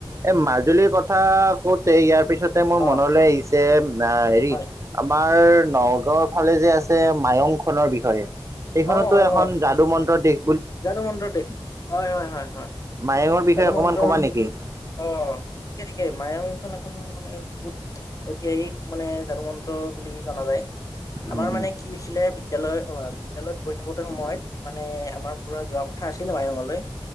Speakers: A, on the right; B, on the left.
A: এই মাজুলীৰ কথা কওতে ইয়াৰ পিছত তে মোৰ
B: অ',
A: মনলৈ আহিছে, হেৰি
B: হয়,
A: আমাৰ আমাৰ নগাঁওৰ ফালে যে আছে মায়ং খনৰ বিষয়ে সেইখনতো
B: অ', হয়,
A: এখন
B: হয়,
A: যাদু মন্ত্ৰৰ দিশ।
B: যাদু মন্ত্ৰ দেশ হয়-হয়-হয়-হয়।
A: মায়ঙৰ বিষয়ে
B: হনুমন্তৰ
A: অকণমান ক'বা নেকি
B: অ ঠিকে-ঠিকে মায়ংখন এখম মানে বহুত ঐতিহাসিক মানে যাদু মন্ত্ৰ বুলি জনা যায়।
A: উম
B: আমাৰ মানে
A: উম
B: কি হৈছিলে বিদ্যালয় অ বিদ্যালয়ত পঢ়ি থাকোতে সময়ত মানে আমাৰ পুৰা যোৱা কথা আছিল মায়ঙলৈ।